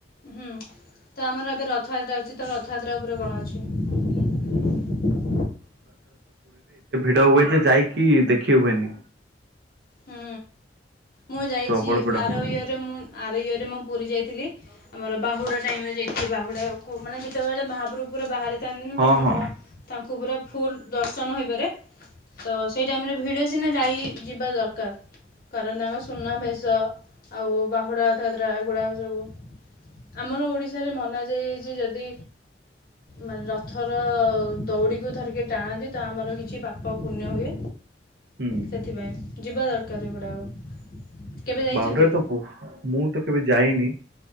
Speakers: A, on the left; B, on the right.
A: ହୁଁ ତ ଆମର ଏବେ ରଥଯାତ୍ରା ଆଉଛି ତ ରଥଯାତ୍ରା ଉପରେ କଣ ଅଛି?
B: ଭିଡ଼ ହୁଏ ଯେ ଯାଇକି ଦେଖି ହୁଏନି।
A: ହଁ ମୁଁ ଯାଇଛି
B: ପ୍ରବଳ ଭିଡ।
A: ଆର ଇୟରେ ମୁଁ ଆର ଇୟରେ ମୁଁ ପୁରୀ ଯାଇଥିଲି ଆମର ବାହୁଡ଼ା ଟାଇମରେ ଯାଇଥିଲି ସେ ବାହୁଡ଼ାକୁ ମାନେ ଯେତେବେଳେ ମହାପ୍ରଭୁ ପୁରା ବାହାରେ ଥାଆନ୍ତି ନା
B: ହଁ
A: ତା ମୁହଁ
B: ହଁ
A: ତାଙ୍କୁ ପୁରା ଫୁଲ ଦର୍ଶନ ହୋଇପାରେ ତ ସେଇ ଟାଇମରେ ଭିଡ଼ ସିନା ଯାଇ ଯିବା ଦର କାର। କାରଣ ତାଙ୍କ ସୁନାବେଶ ଆଉ ବାହୁଡ଼ା ରଥଯାତ୍ରା ଏଗୁଡ଼ାକ ସବୁ ଆମର ଓଡ଼ିଶାରେ ମନାଯାଇ ଯେ ଯଦି ମେ ରଥର ଦଉଡ଼ିକୁ ଧରିକି ଟାଣନ୍ତି ତ ଆମର କିଛି ପାପ ପୁଣ୍ୟ ହୁଏ।
B: ହୁଁ
A: ସେଥିପାଇଁ। ଯିବା ଦରକାର ଏଗୁଡ଼ାକ। କେବେ ଯାଇଛନ୍ତି
B: ବାବରେତ ମୁଁ ତ କେବେ ଯାଇନି।